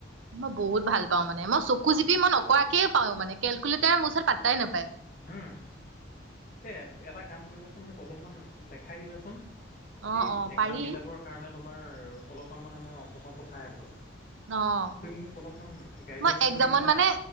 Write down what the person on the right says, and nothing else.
মই বহুত ভাল পাওঁ মানে, মই চকু মই নকৰাকে পাও মানে কেলকুলেটাৰ মোৰ ওচৰত পাত্তাই নাপায়।
অ',
অ',
পাৰি
অ',
মই একজামত
মানে